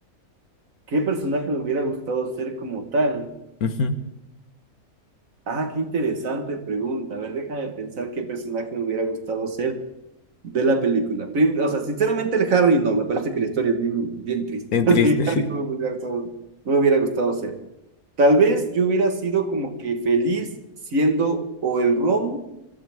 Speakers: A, on the right (about 65°); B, on the left (about 80°).
A: ¿Qué personaje me hubiera gustado ser como tal?
B: Ujú.
A: Ah, qué interesante pregunta. A ver, déjame pensar qué personaje me hubiera gustado ser. de la película. Prim- O sea, sinceramente el Harry no, me parece que la historia es bien, bien triste.
B: Es
A: <laughs> Así,
B: triste,
A: Harry
B: sí.
A: no me hubiera gustado, no me hubiera gustado ser. Tal vez yo hubiera sido como que feliz siendo o el Ron